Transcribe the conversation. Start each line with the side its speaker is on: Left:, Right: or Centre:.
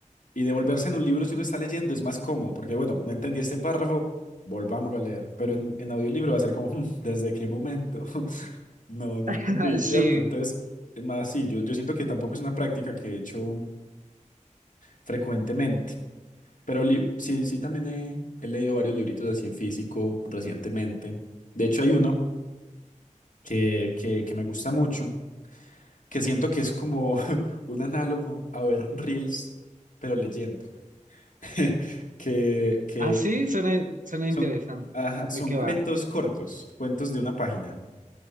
Left: y devolverse en un libro si uno está leyendo es más cómodo, porque bueno, no entendí este párrafo, volvámoslo a leer, pero en, en audiolibro va a ser como, <laughs> "Hmm, ¿desde qué momento? No, no
Right: <laughs>
Left: entendí,
Right: Sí.
Left: ¿cierto? Entonces, es más, sí, yo, yo siento que tampoco es una práctica que he hecho frecuentemente, pero li- sí, sí, también he, he leído varios libritos así en físico recientemente. De hecho, hay uno que, que, que me gusta mucho, que siento que es como <laughs> un análogo a ver reels, pero leyendo, <laughs> que, que
Right: Ah, sí, suena, suena
Left: son,
Right: interesante.
Left: ajá, son
Right: ¿De qué
Left: cuentos
Right: va?
Left: cortos, cuentos de una página.